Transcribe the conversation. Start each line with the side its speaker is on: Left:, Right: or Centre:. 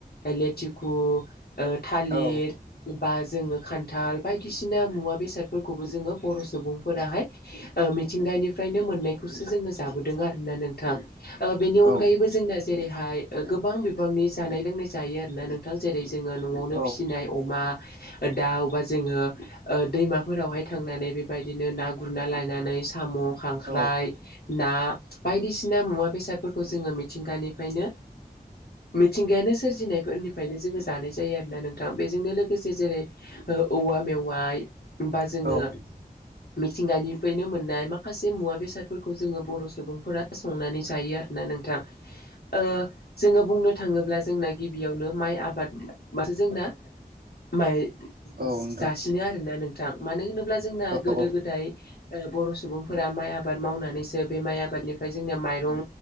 Left: लेथिखु थालिर
Right: औ
Left: बा जोङो खान्थाल बायदिसिना मुवा बेसादफोरखौबो जोंङो बर' सुबुंफोराहाय ओ मि मिथिंगानिफ्रायनो मोननायखौसो जोंङो जाबोदों आरोना नोंथां ओ बेनि अनगायैबो
Right: औ
Left: जोंना जेरैहाय गोबां बिबांनि जानाय लोंनाय जायो आरोना नोंथां जेरै जोङो न'आवनो
Right: औ
Left: फिसिनाय अमा दा अबेबा जोंङो दैमाफोरावहाय थांनानै बेबायदिनो ना गुरना लानानै साम' खांख्राइ
Right: औ
Left: ना बायदिसिना मुवा बेसादफोरखौ जोंङो मिथिंगानि फायनो मिथिंगायानो सोरजिनायफोरनिफ्रायनो जोंङो जानाय जायो आरोना नोंथां बेजोंनो लोगोसे जेरै औवा मेवाइ बा
Right: औ
Left: जोंङो मिथिंगानिफ्रायनो मोननाय माखासे मुवा बेसादफोरखौ जोंङो बर' सुबुंफोरा संनानै जायो आरोना नोंथां ओ जोङो बुंनो थाङोब्ला जोंना गिबियावनो माइ आबाद माथो जोंना माइ
Right: नोंथां
Left: जासिनो आरोना नोंथां मानो होनोब्ला जोंना
Right: औ
Left: गोदो
Right: औ
Left: गोदाय ओ बर' सुबुंफोरा माइ आबाद मावनानैसो बे माइ आबादनिफ्राय जोंनिया माइरं